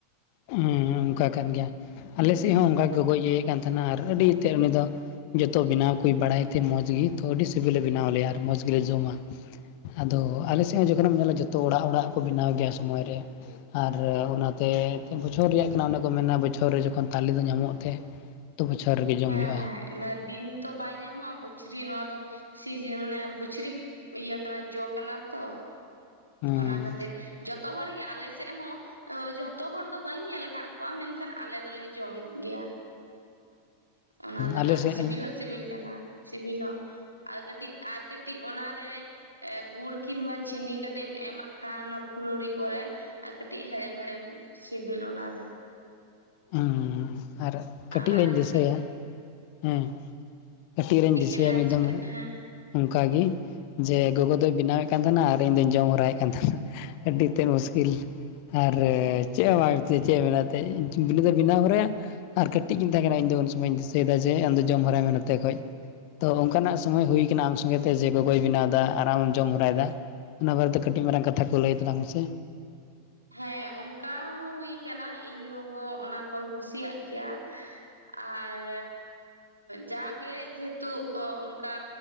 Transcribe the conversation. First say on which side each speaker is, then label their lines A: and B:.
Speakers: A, on the left; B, on the right.
A: ᱦᱮᱸ ᱚᱱᱠᱟ ᱠᱟᱱ ᱜᱮᱭᱟ ᱟᱞᱮ ᱥᱮᱫ ᱦᱚᱸ ᱚᱱᱠᱟ ᱜᱚᱡ ᱤᱭᱟᱹᱮᱫ ᱠᱟᱱ ᱛᱟᱦᱮᱱᱟ ᱟᱨ ᱟᱹᱰᱤ ᱩᱛᱟᱹᱨ ᱩᱱᱤ ᱫᱚ ᱡᱚᱛᱚ ᱵᱮᱱᱟᱣ ᱠᱚ ᱵᱟᱲᱟᱭ ᱛᱮ ᱢᱚᱸᱡᱽ ᱜᱮ ᱛᱚ ᱟᱹᱰᱤ ᱥᱤᱵᱤᱞᱮ ᱵᱮᱱᱟᱣ ᱟᱞᱭᱟ ᱟᱨ ᱢᱚᱸᱡᱽ ᱜᱮᱞᱮ ᱡᱚᱢᱟ ᱟᱫᱚ ᱟᱞᱮ ᱥᱮᱫ ᱦᱚᱸ ᱡᱚᱠᱷᱚᱱᱮᱢ ᱧᱮᱞᱟ ᱡᱚᱛᱚ ᱚᱲᱟᱜ ᱚᱲᱟᱜ ᱠᱚ ᱵᱮᱱᱟᱣ ᱜᱮᱭᱟ ᱥᱚᱢᱚᱭ ᱨᱮ ᱟᱨ ᱚᱱᱟᱛᱮ ᱵᱚᱪᱷᱚᱨ ᱨᱮᱭᱟᱜ ᱠᱟᱱᱟ ᱠᱚ ᱢᱮᱱᱟ ᱵᱚᱪᱷᱚᱨ ᱨᱮ ᱡᱚᱠᱷᱚᱱ ᱛᱟᱞᱮ ᱫᱚ ᱧᱟᱢᱚᱜ ᱛᱮ ᱛᱚ ᱵᱚᱪᱷᱚᱨ ᱨᱮᱜᱮ ᱡᱚᱢ
B: ᱦᱮᱸ
A: ᱦᱩᱭᱩᱜᱼᱟ
B: ᱦᱮᱸ ᱫᱤᱱ ᱛᱚ ᱵᱟᱭ ᱧᱟᱢᱚᱜᱼᱟ ᱵᱚᱪᱷᱨᱤ ᱱᱚᱣᱟ ᱫᱚ ᱥᱤᱡᱮ ᱢᱟᱱᱮ ᱵᱚᱪᱷᱨᱤ ᱤᱭᱟᱹ ᱠᱟᱱᱟ ᱡᱚ ᱠᱟᱱᱟ ᱛᱚ
A: ᱦᱮᱸ
B: ᱚᱱᱟ ᱠᱷᱟᱹᱛᱤᱨ ᱡᱚᱛᱚ ᱡᱚᱛᱚ ᱦᱚᱲ ᱜᱮ ᱟᱞᱮ ᱥᱮᱫ ᱦᱚᱸ ᱡᱷᱚᱛᱚ ᱦᱚᱲ ᱫᱚ ᱵᱟᱹᱧ ᱧᱮᱞ ᱟᱠᱟᱫ ᱠᱚᱣᱟ ᱢᱮᱱᱠᱷᱟᱱ ᱟᱞᱮ ᱫᱚᱞᱮ ᱡᱚᱢ ᱜᱮᱭᱟ ᱚᱱᱟ ᱫᱚ
A: ᱟᱞᱮ
B: ᱟᱨ
A: ᱥᱮᱫ
B: ᱥᱤᱵᱤᱞ ᱦᱚᱸ ᱥᱤᱵᱤᱞ ᱠᱟᱱᱟ ᱥᱤᱵᱤᱞ ᱦᱚᱸ ᱟᱨ ᱠᱟᱹᱴᱤᱡ ᱟᱨ ᱠᱟᱹᱴᱤᱡ ᱚᱱᱟᱨᱮ ᱜᱩᱲ ᱠᱤᱢᱵᱟ ᱪᱤᱱᱤ ᱠᱟᱹᱴᱤᱡ ᱠᱟᱹᱴᱤᱡ ᱮᱢᱟᱜ ᱠᱷᱟᱱ ᱚᱱᱟ ᱯᱷᱩᱞᱳᱲᱤ ᱠᱚᱨᱮ ᱟᱨ ᱠᱟᱹᱴᱤᱡ ᱦᱮᱲᱮᱢ ᱦᱮᱲᱮᱢ ᱥᱤᱵᱤᱞ ᱚᱱᱟᱨᱮ
A: ᱦᱮᱸ ᱟᱨ ᱠᱟᱹᱴᱤᱡ
B: ᱚᱱᱟᱨᱮ
A: ᱦᱚᱧ ᱫᱤᱥᱟᱹᱭᱟ
B: ᱠᱟᱹᱴᱤᱡ
A: ᱦᱮᱸ ᱠᱟᱹᱴᱤᱡ ᱨᱤᱧ ᱫᱤᱥᱟᱹᱭᱟ
B: ᱮᱞᱟᱪ
A: ᱢᱤᱫ ᱫᱚᱢ
B: ᱦᱮᱸ
A: ᱚᱱᱠᱟᱜᱮ ᱡᱮ ᱜᱚᱜᱚ ᱫᱚᱭ ᱵᱮᱱᱟᱣᱮᱫ ᱠᱟᱱ ᱛᱟᱦᱮᱱᱟ ᱟᱨ ᱤᱧ ᱫᱚᱧ ᱡᱚᱢ ᱦᱚᱨᱟᱭᱮᱫ ᱠᱟᱱ ᱛᱟᱦᱮᱸᱱᱟ ᱟᱹᱰᱤ ᱛᱮᱫ ᱢᱩᱥᱠᱤᱞ ᱟᱨ ᱪᱮᱫ ᱮᱢ ᱪᱮᱫ ᱮ ᱢᱮᱱᱟ ᱛᱮ ᱵᱮᱱᱟᱣ ᱦᱚᱨᱟ ᱟᱨ ᱠᱟᱹᱴᱤᱡᱤᱧ ᱛᱟᱦᱮᱸ ᱠᱟᱱᱟ ᱤᱧ ᱩᱱ ᱥᱚᱢᱚᱭ ᱤᱧ ᱫᱤᱥᱟᱹᱭ ᱫᱟ ᱡᱮ ᱡᱮ ᱟᱢᱫᱚ ᱡᱚᱢ ᱦᱚᱨᱟᱭ ᱢᱮ ᱱᱚᱛᱮ ᱠᱷᱚᱡ ᱛᱚ ᱚᱱᱠᱟᱱᱟᱜ ᱥᱚᱢᱚᱭ ᱦᱩᱭ ᱠᱟᱱᱟ ᱟᱢ ᱥᱚᱸᱜᱮᱛᱮ ᱜᱚᱜᱚᱭ ᱵᱮᱱᱟᱣ ᱫᱟ ᱟᱨ ᱟᱢᱮᱢ ᱡᱚᱢ ᱦᱚᱨᱟᱭᱫᱟ ᱚᱱᱟ ᱵᱟᱨᱮᱛᱮ ᱠᱟᱹᱴᱤᱡ ᱢᱟᱨᱟᱝ ᱠᱟᱛᱷᱟ ᱠᱚ ᱞᱟᱹᱭ ᱛᱟᱞᱟᱝ ᱢᱮᱥᱮ
B: ᱦᱮᱸ ᱚᱱᱠᱟ ᱦᱚᱸ ᱦᱩᱭ ᱠᱟᱱᱟ ᱤᱧ ᱜᱚᱜᱚ ᱚᱱᱟ ᱠᱚᱭ ᱠᱩᱥᱤᱭᱟᱜ ᱜᱮᱭᱟ ᱟᱨ ᱡᱟᱜᱮ ᱡᱮᱦᱮᱛᱩ ᱚᱱᱠᱟ